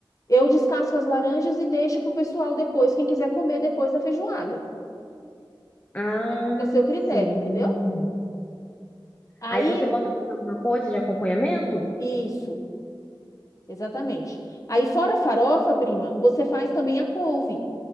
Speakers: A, on the left; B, on the left.
A: eu descasco as laranjas e deixo pro pessoal depois, quem quiser comer depois da feijoada.
B: Ah,
A: Fica a seu critério,
B: sim.
A: entendeu? Aí,
B: Aí você bota mais alguma coisa de acompanhamento?
A: isso. Exatamente. Aí, fora a farofa, prima, você faz também a couve.